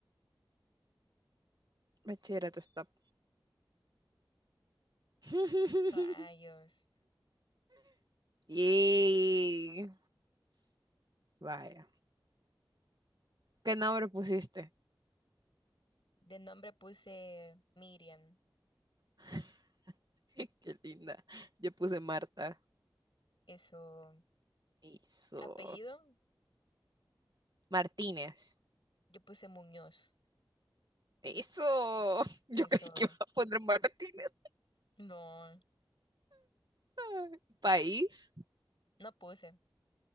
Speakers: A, on the right; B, on the left.
A: Bachillerato stop. <laughs>
B: Rayos.
A: Yay. Vaya. ¿Qué nombre pusiste?
B: De nombre puse Miriam.
A: <laughs> Qué linda. Yo puse Marta.
B: Eso.
A: Eso.
B: Apellido,
A: Martínez.
B: yo puse Muñoz.
A: Eso. <laughs> Yo
B: Eso.
A: creí que iba a poner Martínez.
B: No,
A: <laughs> País.
B: no puse.